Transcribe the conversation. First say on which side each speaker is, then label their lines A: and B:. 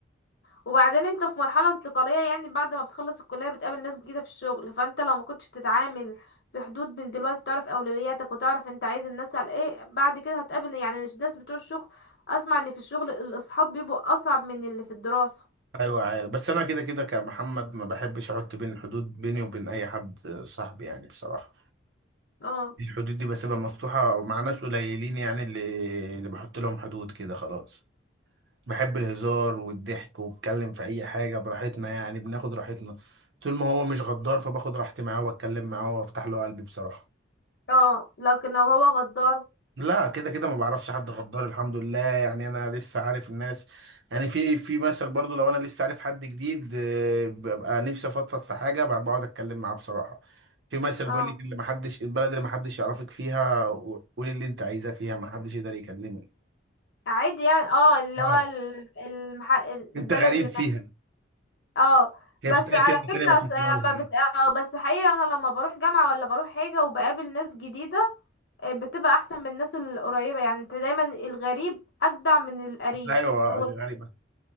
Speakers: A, on the left; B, on the right.
A: وبعدين انت في مرحلة انتقالية يعني بعد ما بتخلص الكلية بتقابل ناس جديدة في الشغل فانت لو ما كنتش تتعامل في حدود من دلوقتي تعرف اولوياتك وتعرف انت عايز الناس على ايه بعد كده هتقابل يعني الناس بتوع الشغل اسمع ان في الشغل الاصحاب بيبقوا اصعب من اللي في الدراسة
B: ايوه عارف بس انا كده كده كمحمد ما بحبش احط بين حدود بيني وبين اي حد صاحبي يعني بصراحه
A: اه
B: الحدود دي بسيبها مفتوحه مع ناس قليلين يعني اللي اللي بحط لهم حدود كده خلاص بحب الهزار والضحك واتكلم في اي حاجه براحتنا يعني بناخد راحتنا طول ما هو مش غدار فباخد راحتي معاه واتكلم معاه وافتح له قلبي بصراحه
A: اه لكن لو هو غدار
B: لا كده كده ما بعرفش حد غدار الحمد لله يعني انا لسه عارف الناس يعني في في مثل برضو لو انا لسه عارف حد جديد آه، ببقى نفسي افضفض في حاجه ب- بقعد اتكلم معاه بصراحه في مثل
A: اه
B: بيقول لك اللي ما حدش البلد اللي ما حدش يعرفك فيها قولي اللي انت عايزاه فيها ما حدش يقدر يكلمك
A: عادي يعني اه اللي
B: اه
A: هو ال- المح...
B: انت
A: البلد
B: غريب
A: اللي
B: فيها
A: اه
B: هي
A: بس
B: بتتقال
A: على
B: كلمه
A: فكرة
B: تانيه بس
A: س-
B: مش هنقولها
A: لما
B: دي
A: بت... اه بس حقيقة انا لما بروح جامعة ولا بروح حاجة وبقابل ناس جديدة بتبقى احسن من الناس القريبة يعني انت دايما الغريب اجدع من القريب
B: ايوه
A: هو
B: غريبه